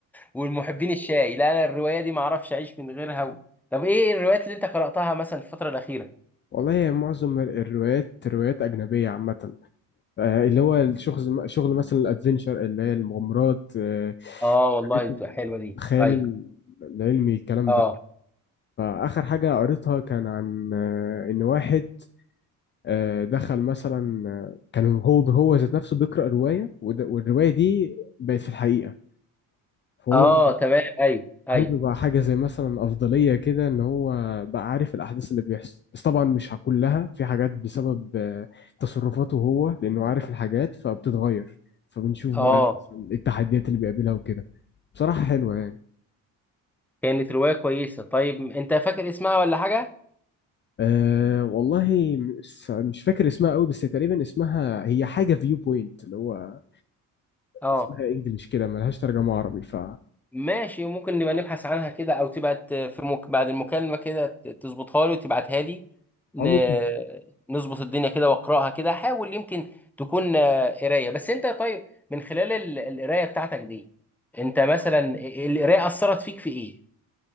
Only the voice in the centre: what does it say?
والمحبين الشاي لا انا الروايه دي ما اعرفش اعيش من غيرها و... طب ايه الروايات اللي انت قراتها مثلا في الفتره الاخيره
اه والله
بتبقى حلوه دي
اي
اه
اه تمام اي اي
اه
كانت روايه كويسه طيب انت فاكر اسمها ولا حاجه
اه
ماشي ممكن نبقى نبحث عنها كده او تبعت في مك... بعد المكالمة كده ت- تظبطها لي وتبعتها لي ن...
نظبط الدنيا كده واقراها كده حاول يمكن تكون آه، قراية بس انت طيب من خلال ال... القراية بتاعتك دي انت مثلا ال- القراية أثرت فيك في ايه؟